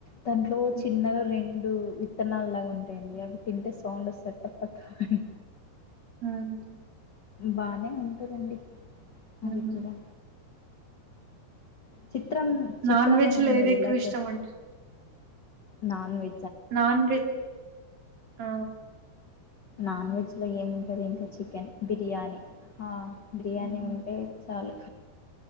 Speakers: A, on the left; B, on the right.
A: దాంట్లో
B: హ్మ్.
A: చిన్నగా రెండు విత్తనాలు లాగా ఉంటాయండి అవి తింటే సౌండ్ వస్తది టప టప అని
B: హ్మ్.
A: బానే ఉంటదండి
B: హ్మ్.
A: అది కూడా చిత్రం చిత్రా
B: నాన్ వెజ్‌లో
A: అన్నంన్నీ
B: ఏదెక్కువ
A: మీరు ఇలా
B: ఇష్టమండి?
A: చేస్ నాన్ వె
B: నాన్ వెె ఆ
A: నాన్ వెజ్ లో ఏముంటది ఇంకా చికెన్ బిర్యానీ హ బిర్యానీ
B: హ్మ్.
A: ఉంటే చాలు